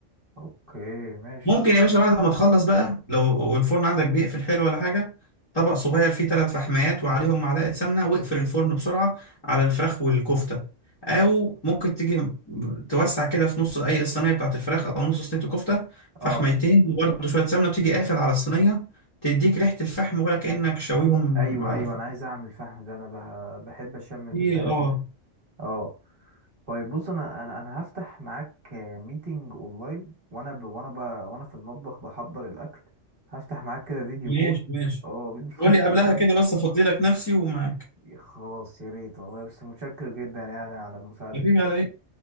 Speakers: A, on the right; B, on the left.
A: اوكي ماشي
B: ممكن يا باشا بعد ما تخلص بقى لو الفرن عندك بيقفل حلو ولا حاجة طبق صغير فيه ثلاث فحميات وعليهم معلقة سمنة واقفل الفرن بسرعة على الفراخ والكفتة أو ممكن تيجي م- توسع كده في نص أي الصينية بتاعت الفراخ أو نص صينية الكفتة فحميتين
A: اه
B: وبرده شوية سمنة وتيجي قافل على الصينية تديك ريحة الفحم ولا كأنك شاويهم
A: ايوه
B: على
A: ايوه
B: الفحم
A: انا عايز اعمل فحم ده انا ب- بحب اشم
B: دي
A: بالاكل
B: اه
A: اه طيب بص انا انا انا هفتح معاك ميتنج اونلاين وانا ب... وانا ب... وانا في المطبخ بحضر الاكل هفتح معاك كده فيديو
B: ماشي
A: كول
B: ماشي
A: اه فيديو
B: قولي
A: كول
B: قبلها
A: <laughs> عشان
B: كده بس أفضي لك نفسي ومعاك
A: خلاص يا ريت والله بس متشكر جدا يعني على المساعدة
B: حبيبي
A: دي
B: على إيه